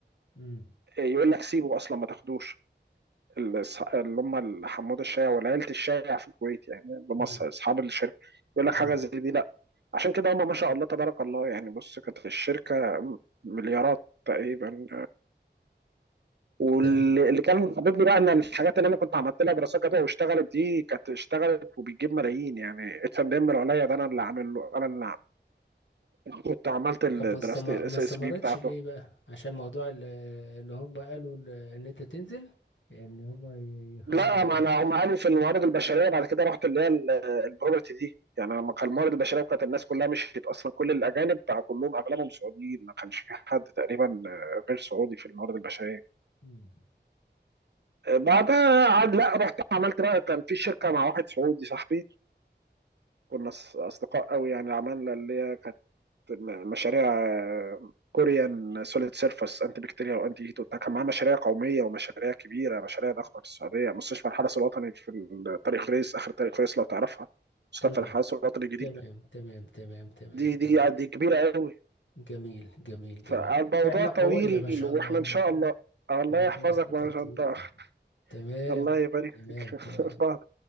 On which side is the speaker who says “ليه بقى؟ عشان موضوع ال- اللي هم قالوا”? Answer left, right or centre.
Left